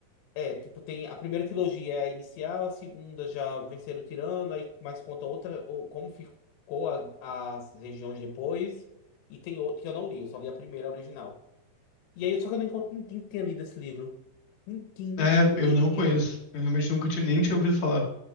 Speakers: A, on the left; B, on the left.
A: É, tipo, tem a primeira trilogia é a inicial, a segunda já venceram o tirano, aí mais conta outra, ou como ficou a- as regiões depois. E tem outro que eu não li, eu só li a primeira original. E aí, só que eu não encontro ninguém que tenha lido esse livro. Ninguém, ninguém,
B: É,
A: ninguém,
B: eu não
A: ninguém.
B: conheço. Eu realmente nunca tinha, nem tinha ouvido falar.